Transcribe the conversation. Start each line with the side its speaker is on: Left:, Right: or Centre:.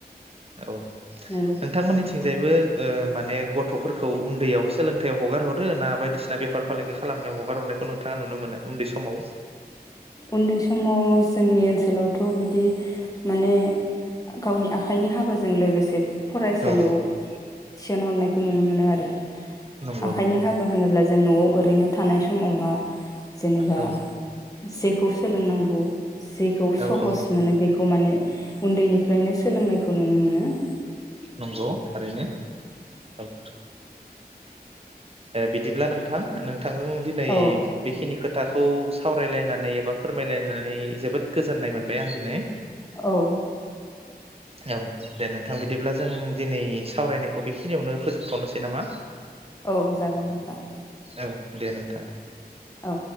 Right: औ।
Left: नंगौ
Right: नोंथांमोनिथि थिंजायबो ओ माने गथफोरखौ उन्दैयाव सोलोंथायाइयाव हगार हरो ना बायदिसिना बेफार फालांगि खालामनायाव हगार हरनायखौ नोंथाङा नुनो मोनो उन्दै समाव।
Left: उन्दै समाव जोंनि ओनसोलावथ बिदि माने गावनि आखाइनि हाबाजों लोगोसे फरायसालियाव
Right: औ
Left: थिसनहरनायखौ नुनो मोनो आरो।
Right: नंगौ
Left: आखाइनि
Right: नंगौ
Left: हाबा होनोब्ला जों नआव ओरैनो थानाय समावहा जेनेबा
Right: औ
Left: जेखौ सोलोंनांगौ जेखौ सहस
Right: औ औ
Left: मोनो बेखौ माने उन्दैनिफ्रायनो सोलोंनाय खौ नुनो मोनो।
Right: नंगौ थारैनो औ। ए बिदिब्ला नोंथां नों थांदों दिनै
Left: औ
Right: बेखिनिखो खोथाखौ सावरायलायनानै एबा फोरमायलायनानै जोबोद गोजोननाय मोनबाय आं दिनै।
Left: औ
Right: औ दे नोंथां बिदिब्ला जों दिनै सावरायनायखौ बेखिनियावनो फोजोबथनोसै नामा।
Left: औ जागोन नोंथां।
Right: औ दे नोंथां दे।
Left: औ